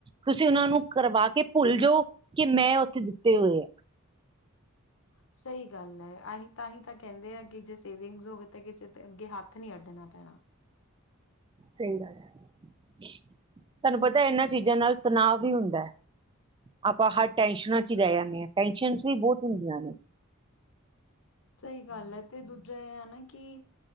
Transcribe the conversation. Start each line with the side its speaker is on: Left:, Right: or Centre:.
Right: ਤੁਸੀਂ ਉਹਨਾਂ ਨੂੰ ਕਰਵਾ ਕੇ ਭੁੱਲ ਜਾਓ ਕਿ ਮੈਂ ਉੱਥੇ ਦਿੱਤੇ ਹੋਏ ਆ
Left: ਸਹੀ ਗੱਲ ਹੈ ਅਸੀ ਤਾਂ ਅਸੀ ਤਾਂ ਕਹਿੰਦੇ ਆ ਕਿ ਜੇ ਸੇਵਿੰਗ ਹੋਵੇ ਤਾਂ ਕਿਸੇ ਅੱਗੇ ਹੱਥ ਨ ਅੱਡਣਾ ਪੈਣਾ
Right: ਸਹੀ ਗੱਲ ਹੈ ਤੁਹਾਨੂੰ ਪਤਾ ਇਹਨਾਂ ਚੀਜ਼ਾਂ ਨਾਲ ਤਣਾਅ ਵੀ ਹੁੰਦਾ ਹੈ ਆਪਾਂ ਹਰ ਟੈਸ਼ਨਾਂ ਚ ਹੀ ਰਹਿ ਜਾਂਦੇ ਹਾਂ ਟੈਸ਼ਨ ਵੀ ਬਹੁਤ ਹੁੰਦੀਆਂ ਨੇ
Left: ਸਹੀ ਗੱਲ ਹੈ ਤੇ ਦੂਜਾ ਇਹ ਹਨ ਨਾ ਕਿ